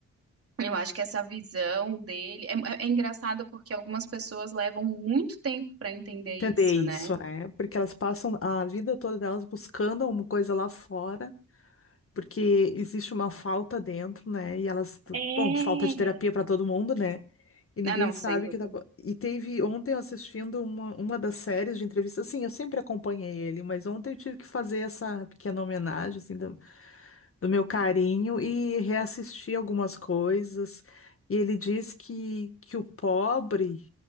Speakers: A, on the right; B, on the left.
A: eu acho que essa visão dele é, é- é engraçado porque algumas pessoas levam muito tempo para entender isso,
B: Entender isso,
A: né?
B: né? Porque elas passam a vida toda delas buscando uma coisa lá fora, porque existe uma falta dentro, né? E elas,
A: É.
B: bom, falta de terapia para todo mundo, né? E ninguém
A: Ah, não,
B: sabe
A: sem dúvida.
B: o que tá. po- E teve ontem eu assistindo uma, uma das séries de entrevistas. Assim, eu sempre acompanhei ele, mas ontem eu tive que fazer essa pequena homenagem, assim, do, do meu carinho e reassistir algumas coisas. E ele diz que, que o pobre